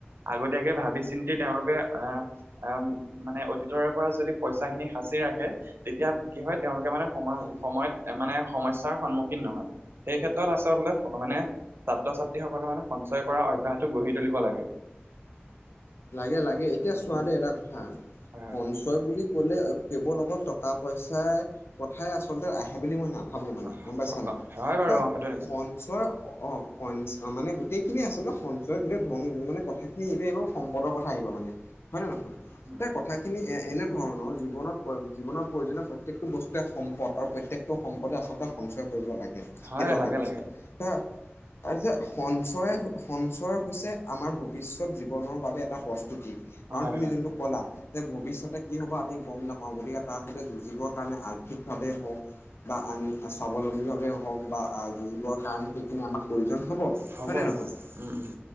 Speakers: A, on the right; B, on the left.
A: আগতীয়াকে ভাবি চিন্তি তেওঁলোকে এ অ মানে অতীতৰ পৰা যদি পইচা খিনি সাঁচি ৰাখে। তেতিয়া কি হয় তেওঁলোকে মানে সময়
B: হয়
A: সময়ত মানে সমস্যাৰ সন্মুখীন নহয় সেই ক্ষেত্ৰত আচলতে মানে ছাত্ৰ ছাত্ৰীসকলে মানে সঞ্চয় কৰা অভ্যাসটো গঢ়ি তুলিব লাগে।
B: লাগে লাগে এতিয়া চোৱা
A: উম, উম,
B: দে এটা কথা
A: হয় হয়
B: সন- ছয় বুলি ক'লে কেৱল অকল টকা পইচাৰ কথাই আচলতে আহে বুলি মই না- ভাবো মানে
A: অহ,
B: গম পাইছা নাই
A: হয় বাৰু
B: তা,
A: অ সেইটো নিশ্চয়
B: সন- সঞ্চয় অ স মানে গোটেইখিনিয়ে আচলতে সঞ্চয় গোটেই ধন মানে কথাখিনি এইটে বাও সম্পদৰ কথা আহিব মানে হয় নে নহয়
A: উম,
B: তে
A: উম,
B: কথা- খিনি এ এনেধৰণৰ জীৱনৰ জীৱনৰ প্ৰয়োজনীয় প্ৰত্যেকটো বস্তুৱে সম্পদ আৰু প্ৰত্যেকটো সম্পদে আচলতে সঞ্চয় কৰিব লাগে
A: হয়
B: সেইটো কথা
A: লাগে
B: কৈছো।
A: লাগে
B: হে এ যে সঞ্চয় সঞ্চয় হৈছে আমাৰ ভৱিষ্যত জি- বনৰ বাবে এটা প্ৰস্তুতি কাৰণ
A: হয়
B: তুমি
A: হয়
B: যোনটো কলা। যে ভৱিষ্যতে কি হ'বা আমি গম নাপাওঁ গতিকে তাৰ সৈতে যুঁজিবৰ কাৰণে আৰ্থিকভাৱেই হওক। বা আমি স্বাৱলম্বীভাৱে হওক বা যুঁজিবৰ কাৰণে সেইখিনি আমাক প্ৰয়োজন হব
A: হ'ব
B: হয় নে
A: হ'ব
B: নহয়
A: উম, উম,